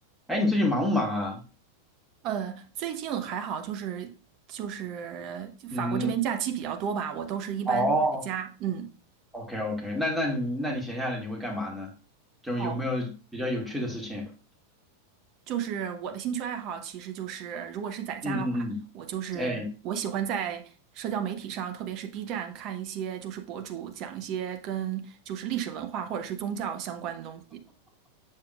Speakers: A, in the centre; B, on the right (about 40°).
A: 哎，你最近忙不忙啊？
B: 呃，最近还好，就是就是法国这边假期比较多吧，
A: 嗯，
B: 我都是一般在家。
A: 哦
B: 嗯，
A: ，OK OK，那那你那你闲下来你会干嘛呢？就有没有比较有趣的事情？
B: 哦，就是我的兴趣爱好，其实就是如果是在家的话，
A: 嗯嗯
B: 我就是我喜欢在社交媒体上，
A: 嗯，哎
B: 特别是 B 站看一些就是博主讲一些跟就是历史文化或者是宗教相关的东西。